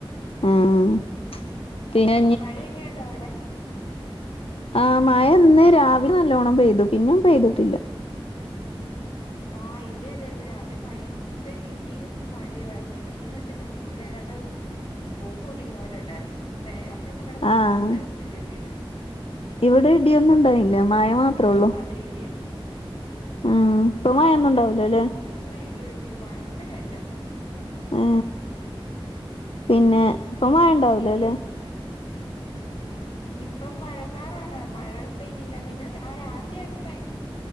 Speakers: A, on the left (about 80°); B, on the left (about 65°).
A: ആഹ്
B: ഉം
A: പിന്നെ
B: മഴയൊക്കെ ഉണ്ടോ അവിടെ
A: ആ മഴ ഇന്ന് രാവിലെ നല്ലോണ്ണം പെയ്തു പിന്നെ പെയ്തിട്ടില്ല
B: ആ ഇവിടെയും അതെയായിരുന്നു രാവിലെ ഭയങ്കര ഇടിയും മഴയും ആരുന്നു ഇടീന്ന് വെച്ചിട്ടുണ്ടെങ്കിൽ വീട്ടിലെ ഏതാ ണ്ട് ബോംബ് പൊട്ടിക്കുന്ന പോലെ ഉണ്ടായിരുന്നു അവിടെയല്ലാം കിടന്ന്
A: ആഹ്
B: കുലുങ്ങുവായിരുന്നു ഇടിവെട്ടിയിട്ട്
A: ഇവിടെ ഇടിയൊന്നും ഉണ്ടായില്ല മഴ മാത്രേ
B: അമ്മാതിരി
A: ഉള്ളൂ
B: ഇടിയായിരുന്നു
A: ഉം ഇപ്പൊ
B: ആ
A: മഴൊന്നും
B: ഇവിടെ
A: ഉണ്ടാവൂലല്ലേ
B: മൂന്നാല് തവണ ഇടി വെട്ടി ഭയങ്കരായിട്ട്
A: ആ പിന്നെ ഇപ്പം മഴ
B: ഭയങ്കര
A: ഉണ്ടാവൂല്ല
B: ഇടിയായിരുന്നു
A: അല്ലേ
B: ഇപ്പം മഴക്കാറാണ് മഴ പെയ്തില്ല പിന്നെ ആ രാവിലെ ആയിരുന്നു ഭയ